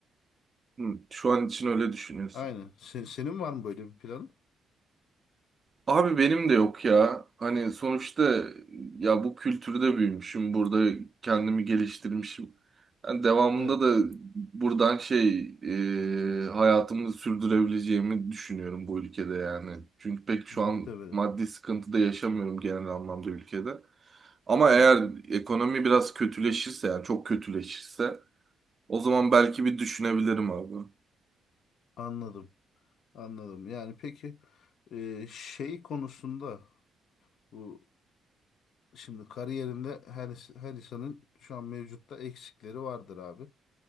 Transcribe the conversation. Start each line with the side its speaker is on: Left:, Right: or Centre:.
Right: Hı, Şu an için öyle düşünüyorsun.
Left: Aynen. Se- senin var mı böyle bir planın?
Right: Abi benim de yok ya. Hani sonuçta ya bu kültürde büyümüşüm. Burada kendimi geliştirmişim. Yani devamında
Left: Evet.
Right: da buradan şey e, hayatımı sürdürebileceğimi düşünüyorum bu ülkede yani. Çünkü pek
Left: Muhtemelen.
Right: şu an maddi sıkıntıda yaşamıyorum genel anlamda ülkede. Ama
Left: Evet.
Right: eğer ekonomi biraz kötüleşirse yani çok kötüleşirse o zaman belki bir düşünebilirim abi.
Left: Anladım. Anladım. Yani peki e, şey konusunda bu şimdi kariyerinde her, her insanın şu an mevcutta eksikleri vardır abi.